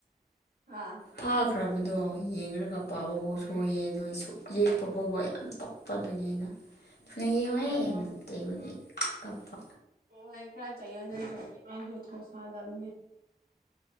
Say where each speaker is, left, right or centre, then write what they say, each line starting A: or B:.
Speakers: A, on the right; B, on the left.
A: ꯑꯥ
B: ꯐꯥꯈ꯭ꯔꯕꯗꯣ ꯌꯦꯡꯉꯒ ꯄꯥꯕꯐꯥꯎ ꯁꯣꯏꯌꯦ ꯑꯗꯨꯗꯣ ꯌꯦꯛꯄ ꯐꯥꯎꯕ ꯌꯥꯝ ꯇꯞꯄ ꯑꯗꯨꯒꯤꯅ ꯊꯨꯅ ꯌꯦꯛꯎ ꯍꯦ
A: ꯑꯣꯍꯣ
B: ꯍꯦꯟꯅ ꯇꯩꯕꯒꯤ ꯀꯞꯄ
A: ꯑꯣ ꯑꯩ ꯈꯔ ꯆꯌꯣꯟꯅꯗ꯭ꯔꯗꯤ ꯃꯥꯁꯨ ꯊꯧꯁꯥꯗꯕꯅꯦ